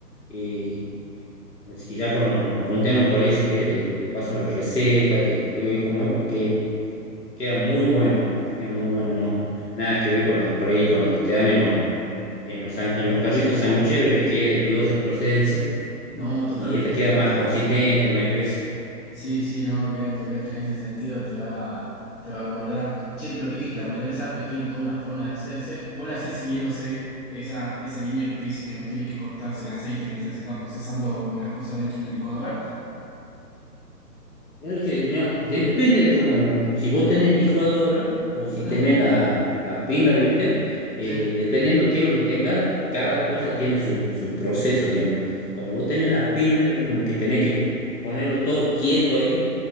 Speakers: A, on the left; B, on the left.
A: Eh, así que ya cuando nos juntemos por ahí, si querés, te, te paso la receta, te, te digo ahí cómo es, porque queda muy buena, queda muy buena, ¿no? Nada que ver con la, por ahí, con la que te dan en los, en los, san- en los carritos sangucheros, ¿viste? Que es de dudosa procedencia,
B: No, totalmente
A: y esta queda
B: olvidado.
A: más consistente, más espesa.
B: Sí, sí, no, olvídate, olvídate en ese sentido, te va, te va a acordar. Che, pero viste que las mayores API tienen toda una forma de hacerse. Vos la hacés siguiéndose esa, esa línea que te dice que no tiene que cortarse el aceite mientras se está procesando las cosas dentro de la licuadora.
A: Claro que, mira, depende de cómo, si vos tenés licuadora o si
B: Mm,
A: tenés la, la pimer, ¿viste? Eh,
B: sí.
A: dependiendo qué es lo que tengas, cada cosa tiene su, su proceso, digamos. Cuando vos tenés la pimer, es como que tenés que ponerlo todo quieto ahí